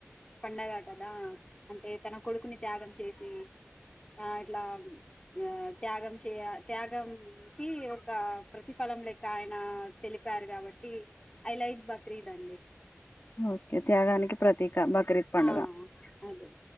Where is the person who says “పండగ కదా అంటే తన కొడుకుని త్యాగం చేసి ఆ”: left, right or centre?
Left